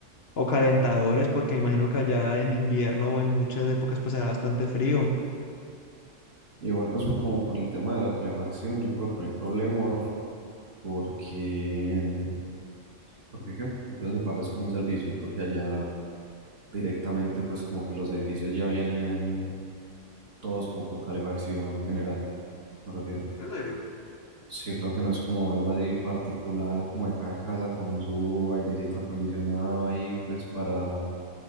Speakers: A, on the left; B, on the right.
A: O calentadores, porque me imagino que allá en invierno o en muchas épocas pasará bastante frío.
B: igual pues como con el tema de la calefacción, yo creo que no hay problema porque, ¿porque qué? Porque eso se paga es como un servicio, creo que allá directamente pues como que los edificios ya vienen todos como con calefacción general, me refiero.
A: En serio,
B: Sí, creo que no es como algo así particular, como de cada casa con su airecito acondicionado ahí, pues para,